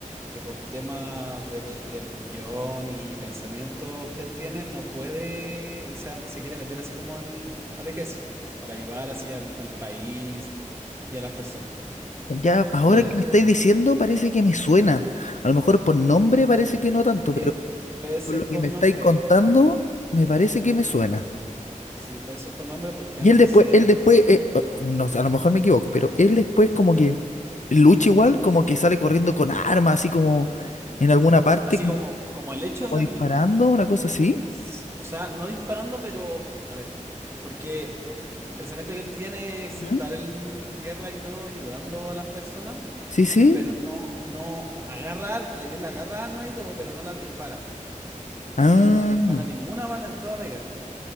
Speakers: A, on the right (about 20°); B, on the left (about 65°).
A: que por temas de, re- de religión y pensamientos que él tiene, no puede, él se, va- se quiere meter así como al, al ejército para ayudar así al, al país y a las personas.
B: Ya, ahora
A: Pero
B: que me estáis diciendo, parece que me suena. A lo mejor por nombre parece que no tanto,
A: es que
B: pero
A: puede ser
B: Por lo que
A: por
B: me
A: nombre,
B: estáis contando, me parece que me suena.
A: sí, puede ser por nombre porque
B: Y
A: antes
B: él después,
A: se...
B: él después, eh, oh, no sé, a lo mejor me equivoco, pero él después como que lucha igual, como que sale corriendo con armas, así como en alguna parte,
A: Así
B: como,
A: como, como el hecho
B: como
A: de la
B: disparando,
A: película.
B: una cosa así.
A: s- O sea, no disparando, pero a ver, porque el, el pensamiento que él tiene es
B: ¿Mm?
A: estar en guerra y todo ayudando a las personas,
B: Sí, sí.
A: pero no, no agarra armas, él agarra armas y todo, pero no las dispara.
B: Ah,
A: Él no dispara
B: no.
A: ninguna bala en toda la guerra.